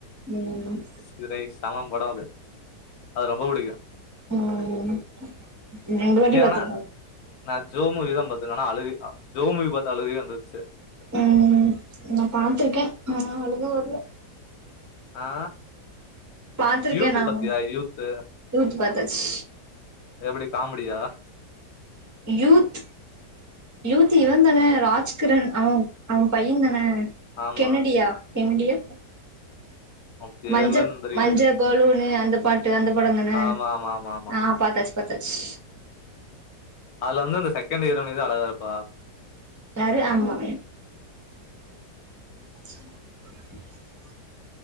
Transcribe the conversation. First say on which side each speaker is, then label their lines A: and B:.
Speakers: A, on the right; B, on the left.
A: ம்
B: சிறை சம படோ அது அது ரொம்ப புடிக்கு
A: ம் ம் ரெண்டு வாட்டி
B: ஏ
A: பத்துருக்க
B: ஆனா நா ஜோ மூவிதா பாத்ருக்க ஆனா அழுக ஜோ மூவி பாத்து அழுகயே வந்துருச்சு
A: ம் நா பாத்துருக்க ஆனா அழுக வரல
B: ஆ
A: பாத்திருக்கே
B: யூத்து
A: நானு
B: பாத்தியா யூத்து
A: யூத் பாத்தாச்சு
B: எப்படி காமடியா
A: யூத் யூத் இவந்தான ராஜ்கிரண் அவ அவ பையந்தான
B: ஆமா
A: கென்னடியா கென்னடியா
B: அவ பேர்லா
A: மஞ்ச
B: என்னன் தெரியாது
A: மஞ்ச பலூனு அந்த பாட்டு அந்த படோ தான
B: ஆமா ஆமா ஆமா ஆமா
A: ஆ பாத்தாச்சு பாத்தாச்சு
B: அதுல வந்து அந்த செகண்ட்டு ஹீரோயினிதா அழகா இருப்பா
A: யாரு ஆமா <inaudible>